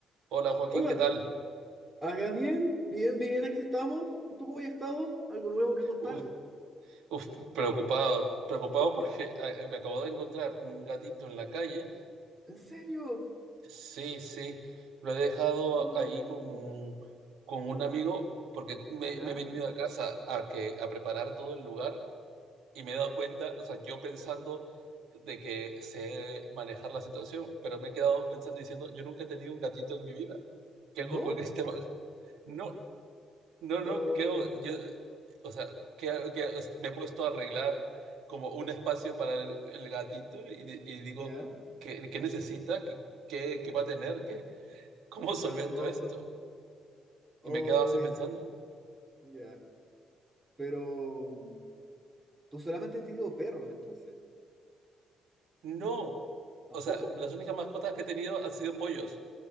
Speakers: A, on the right; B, on the right.
A: Hola Joaquín,
B: Hola,
A: ¿qué tal?
B: haga bien, bien, bien, aquí estamos. ¿Tú cómo has estado? ¿Algo nuevo que contar?
A: Uf, uf, preocupado, preocupado porque ah, eh, me acabo de encontrar un gatito en la calle.
B: ¿En serio?
A: Sí, sí, lo he dejado
B: Oh,
A: ahí con, con un amigo porque me,
B: ¿ya?
A: me he venido a casa a, que, a preparar todo el lugar y me he dado cuenta, o sea, yo pensando de que sé manejar la situación, pero me he quedado pensando y diciendo, yo nunca he tenido un gatito en mi vida. ¿Qué
B: ¿No?
A: hago con este mal? No, No, no,
B: Oh,
A: creo, yo, o sea, que, que me he puesto a arreglar como un espacio para el, el gatito y, di- y digo,
B: ¿ya?
A: ¿qué, qué necesita? ¿Qué, qué, qué va a tener? ¿Qué, cómo solvento
B: Oh,
A: esto?
B: oh,
A: Y me quedaba así
B: es-
A: pensando,
B: ya. Pero mm, tú solamente has tenido perros entonces.
A: no.
B: ¿Tampoco?
A: O sea, las únicas mascotas que he tenido han sido pollos